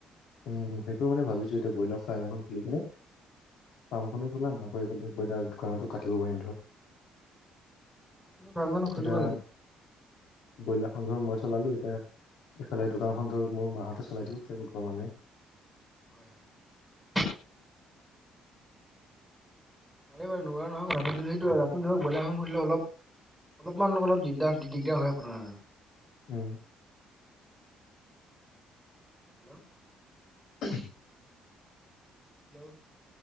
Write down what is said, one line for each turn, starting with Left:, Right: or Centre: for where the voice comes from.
Left: উম সেইটোও মানে ভাবিছো এতিয়া ব্ৰইলাৰ ফাৰ্ম এখন খোলি কিনে ফাৰ্ম খনো খোলাম নহলে ব্ৰইলাৰ দোকানতো কাটিব পাৰিম ধৰ।
Centre: এনেই ফ্ৰামখন নুখুলিবা
Left: এতিয়া
Centre: নি-
Left: ব্ৰইলাৰখন ধৰ মই চলালো এতিয়া এইফালে দোকানখন ধ মোৰ মাহঁতে চলাই দিওক তাকো ঘৰ মানুহে
Centre: হয় হয় তাকে পাৰে বাৰু নোৱাৰা নহয় কথাটো কিন্তু সেইটো আপুনি ধৰক ব্ৰইলাৰ ফাৰ্ম খোলিলে অলপ অলপমান অলপ দিগদাৰ দি দিগদাৰ হয় আপোনাৰ।
Left: উম।
Centre: হেল্ল'
Left: <unintelligible>
Centre: হেল্ল'